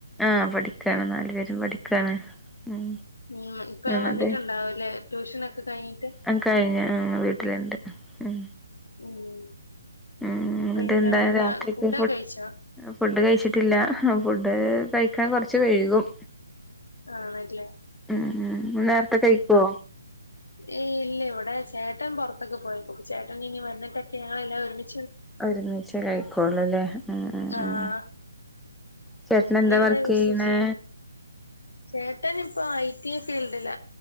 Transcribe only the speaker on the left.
ഉം ഇപ്പ
വന്നിട്ടുണ്ടാവൂലേ?
ട്യൂഷനൊക്കെ കഴിഞ്ഞിട്ട്
ഉം
പിന്നെ
എന്താ
ഫുഡൊക്കെ കഴിച്ചോ?
ആണല്ലേ
ഈഇല്ലഇവിടെചേട്ടൻപുറത്തൊക്കെ പോയിക്കപ്പൊ ചേട്ടൻ ഇനി വന്നിട്ടൊക്കെ ആളെല്ലാം ഒരുമി
ആഹ്
പിന്നെന്താ
വിശേഷം
ചേട്ടൻ ഇപ്പൊ ഐ ടി എ ഫീൽഡില